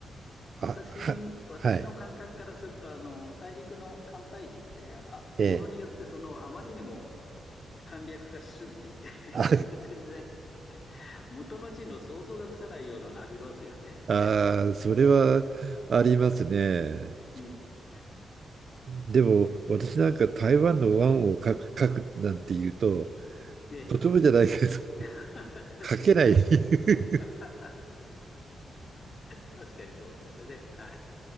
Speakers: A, on the left; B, on the right.
A: 私、
B: あ、は、
A: 私の感覚からすると、
B: はい。
A: あの、大陸の寒帯字って、あ、
B: ええ。
A: ものによってその、あまりにも簡略化しすぎていて、<laughs>
B: あ
A: なんか全然元の字の想像がつかないようなのありますよね。
B: <laughs> あー、それはありますね。
A: うん。
B: でも、私なんか台湾の湾を書く、書くなんて言うと、
A: ええ
B: とてもじゃないけど、
A: <laughs>
B: <laughs>
A: 確かにね。
B: 書けない <laughs>
A: <laughs> 確かにそうですね。はい。